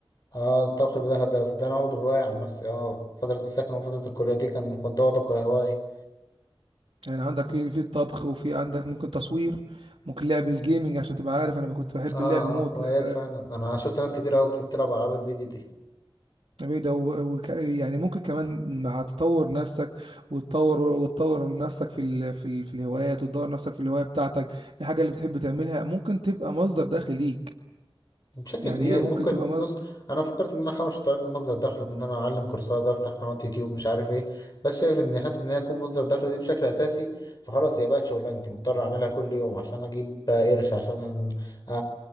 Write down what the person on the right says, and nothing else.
يعني عندك في الطبخ وفي عندك ممكن تصوير ممكن لعب الجيمنج عشان تبقى عارف انا كنت بحب
اللعب موت
لعب
بعيدة و... و... يعني ممكن كمان مع تطور نفسك وتطور وتطور نفسك في ال... في ال... في الهوايات وتدور نفسك في الهواية بتاعتك الحاجة اللي بتحب تعملها ممكن تبقى مصدر دخل ليك
يعني
هي ممكن
تبقى